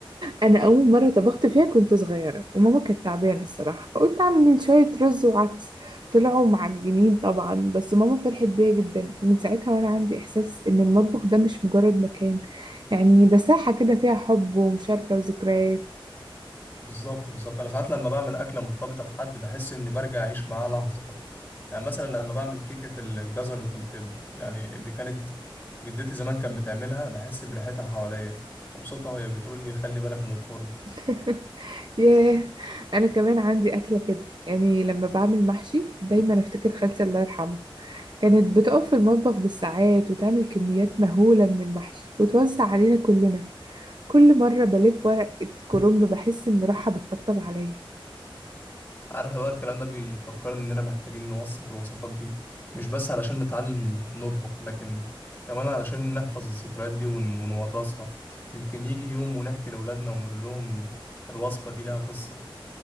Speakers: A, on the right (about 50°); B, on the left (about 20°).
A: انا اول مره طبخت فيها كنت صغيره وماما كانت تعبانه الصراحه فقلت اعمل شويه رز وعدس طلعوا معجنين طبعا بس ماما فرحت بيا جدا ومن ساعتها وانا عندي احساس ان المطبخ ده مش مجرد مكان يعني ده ساحه كده فيها حب ومشاركه وذكريات
B: بالظبط بالظبط انا ساعات لما بعمل اكله مرتبطه بحد بحس اني برجع اعيش معاه لحظه يعني مثلا لما بعمل كيكه ال- الجزر اللي كنت يعني اللي كانت جدتي زمان كانت بتعملها بحس بريحتها حواليا مبسوطه وهي بتقول لي خلي بالك من الفرن
A: <laughs> ياه انا كمان عندي اكله كده يعني لما بعمل محشي دايما افتكر خالتي الله يرحمها كانت بتقف في المطبخ بالساعات وتعمل كميات مهوله من المحشي وتوزع علينا كلنا كل مره بلف ورقه كرنب بحس ان روحها بتطبطب عليا
B: عارف بقى الكلام ده بيفكرني اننا محتاجين نوثق الوصفات دي مش بس علشان نتعلم نطبخ لكن كمان علشان نحفظ الذكريات دي ون- ونورثها يمكن يجي يوم ونحكي لاولادنا ونقول لهم الوصفه دي لها قصه